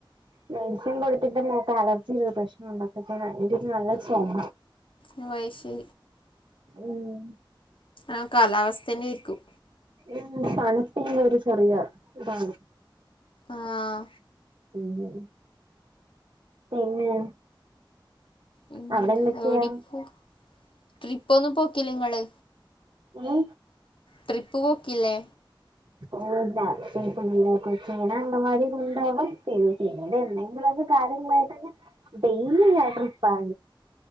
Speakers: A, on the right (about 65°); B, on the left (about 80°).
A: മെഡിസിൻ കൊടുത്തിട്ട് മോക്ക ലർജിയു പ്രശ്നണ്ട് <unintelligible> നല്ല ചൊമ.
B: ഉ അത് ശി.
A: ഉം.
B: ആ കാലാവസ്ഥന്നെര്ക്കും.
A: എം തണുപ്പിന്റെരു ചെറിയ താണ്.
B: ആഹ്.
A: ഉം. പിന്നെ?
B: ഉം <unintelligible>
A: അവിടെ എന്തൊക്കെയാ
B: ട്രിപ്പൊന്നും പോക്കില്ലേ ങ്ങള്?
A: ഉം.
B: ട്രിപ്പ് പോക്കില്ലേ?
A: ഓൾഡാ. <unintelligible> അംഗവാടി കൊണ്ടോകും പിന്നെ പിന്നീട് എന്തെങ്കിലൊക്കെ കാര്യങ്ങളായിട്ടങ്ങ് ഡെയലി അ ട്രിപ്പാ